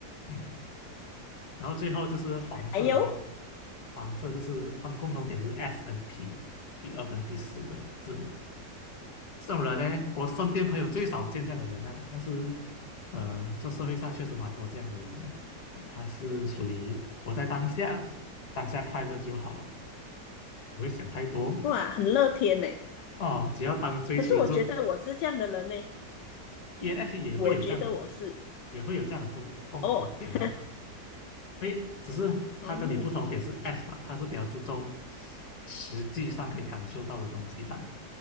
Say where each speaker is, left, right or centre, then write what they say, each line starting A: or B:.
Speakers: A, on the left; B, on the left.
A: 嗯，然后最后就是黄色的咯，
B: 还有
A: 黄色就是他们共同点是 S 跟 P，第二跟第四个字母。这种人呢，我身边朋友最少见这样的人呢、但是，呃，这社会上确实蛮多这样的人的。呃，他是属于活在当下，当下快乐就好，不会想太多
B: 哇，很乐天呢。
A: 哦。<laughs> 只要当追求了之后
B: 可是我觉得我是这样的人呢，
A: e n f P 也会有这样的，
B: 我觉得我是
A: 也会有这样的共共同点呢、
B: 哦
A: 啊诶，只是他跟你不同点是
B: 哦
A: S 吧，他是比较注重实际上可以感受到的东西吧。